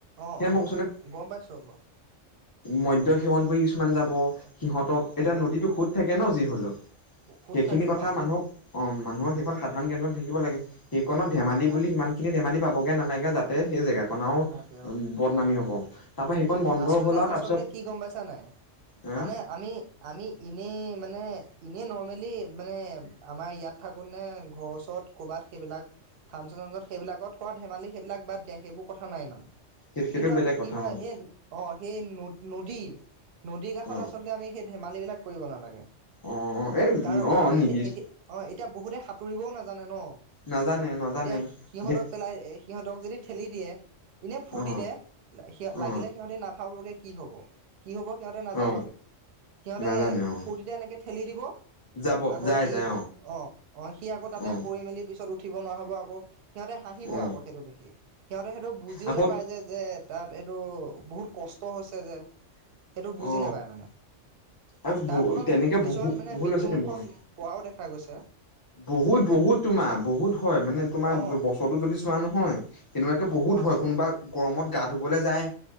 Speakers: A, on the right; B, on the left.
A: অ
B: সেয়া
A: অ
B: মই
A: গম পাইছো বাৰু
B: মদয় সেৱন কৰি কিছুমান যাব সিহঁতক এতিয়া
A: অ
B: নদীটো সোত থাকে ন যি হলো
A: সুত
B: সেইখিনি
A: থাকে
B: কথা
A: অ
B: মানুহক অ মানুহৰ খে খন সাধাৰণ জ্ঞান থাকিব লাগে সেইখনত ধমালি
A: লাগে
B: বুলি সিমান
A: লাগে
B: খিনি ধেমালি পাব বগে নালাগে তাতে সেই জেগাখন ও
A: নালাগে অ
B: বদনামি হব তাৰ পৰা সেইখন বন্ধ
A: আচলতে
B: হ'ল আৰু তাৰপিছত
A: আচলতে কি গম পাইছা নাই
B: আহ
A: মানে আমি আমি ইনে মানে এনেই নৰ্মেলী মানে আমাৰ ইয়াত থাকো নে ঘৰৰওচৰত ক'ৰবাত সেইবিলাক ফাংচন চাংচন সেইবিলত কৰাত ধেমালি সেইবিলাক বাদ দিয়ে সেইবোৰ কথা নাই ইমান
B: সেই সেইটো
A: কিন্তু
B: বেলেগ
A: আমি
B: কথা
A: কি
B: হয় ন
A: এই অ সেই ন নদী নদীৰ কাষত
B: অ
A: আচলতে আমি সেই ধেমালি বিলাক কৰিব নালাগে
B: অ অ এই
A: কাৰণ
B: অ
A: কাৰণ
B: নিদিছ
A: এতিয়া এতিয়া অ এতিয়া বহুতে সাঁতুৰিবও নাজানে ন
B: নাজানে নাজানে
A: এতিয়া সিহঁতক
B: দে
A: পেলাই সিহঁতক যদি ঠেলি দিয়ে ইনে ফুৰ্টিতে
B: অ অ
A: লাগিলে সিহতে নাভাবে তেওঁলোকে কি হব কি হব সিহঁতে নাজানকে
B: অ
A: সিহঁতে
B: নাজানে অ
A: ফুৰ্তিতে এনেকে ঠেলি দিব
B: যাব
A: আকৌ
B: যাই
A: সি
B: যাই
A: অ অ সি আকৌ তাতে
B: অ
A: পৰি মেলি পিছত উঠিব নোৱাৰা হ'ব আকৌ সিহঁতে হাঁহিব
B: অ
A: আকৌ সেইটো দেখি সিহঁতে সেইটো বুজিও
B: আকৌ
A: নোপায় যে তাত এইটো বহুত কষ্ট হৈছে যে সেইটো বুজি
B: অ
A: নাপায় মানে
B: আৰু
A: তাৰ
B: বহু
A: ফলত
B: তেনেকে
A: কিছুমান
B: বহু
A: মানে
B: বহুত
A: মৃত্যু
B: ল'ৰা ছোৱালী
A: মুুখত
B: অ
A: পোৱাও দেখা গৈছে
B: বহুত বহুত তোমাৰ বহুত হয় মানে তোমাৰ
A: অ
B: বছৰো যদি চোৱা নহয় তেনেকুৱাকে বহুত
A: অ
B: হয় কোনোবা গৰমত গা ধুবলে যায়